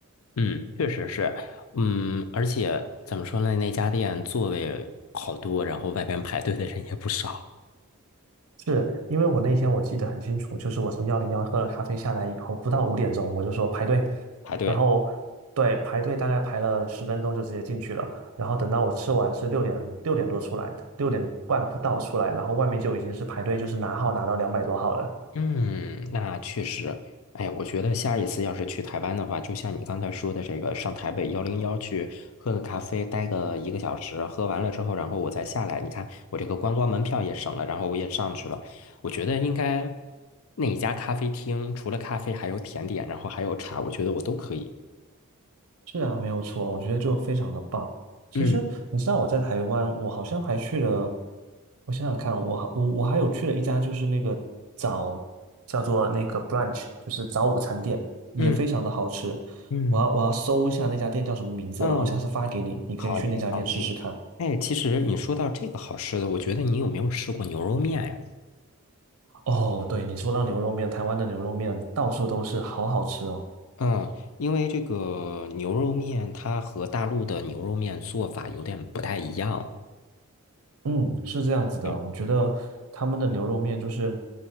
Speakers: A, on the left (about 65°); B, on the right (about 80°).
A: 嗯，确实是，嗯，而且怎么说呢，那家店座位好多，然后外边排队的人也不少，
B: 是因为我那天我记得很清楚，就是我从幺零幺喝了咖啡下来以后，不到五点钟我就说排队，
A: 排队。
B: 然后对排队大概排了十分钟就直接进去了，然后等到我吃完是六点六点多出来的，六点半不到出来，然后外面就已经是排队，就是拿号拿到两百多号了。
A: 嗯，那确实，哎我觉得下一次要是去台湾的话，就像你刚才说的，这个上台北幺零幺去喝个咖啡，待个一个小时，喝完了之后，然后我再下来。你看，我这个观光门票也省了，然后我也上去了。我觉得应该那一家咖啡厅，除了咖啡，还有甜点，然后还有茶，我觉得我都可以。
B: 是啊，没有错，我觉得就非常的棒。其实你知道我在台湾，
A: 嗯
B: 我好像还去了，我想想看，我我我还有去了一家就是那个早叫做那个 brunch，就是早午餐店，也非常的好吃。
A: 嗯嗯
B: 我要我要搜一下那家店叫什么名字，
A: 嗯，
B: 然后下次发给你，你可以去那家店试试看。
A: 好耶好耶。哎，其实你说到这个好吃的，我觉得你有没有试过牛肉面呀？
B: 哦，对，你说到牛肉面，台湾的牛肉面到处都是，好好吃哦。
A: 嗯，因为这个牛肉面它和大陆的牛肉面做法有点不太一样。
B: 嗯，是这样子的，
A: 嗯，
B: 我觉得他们的牛肉面就是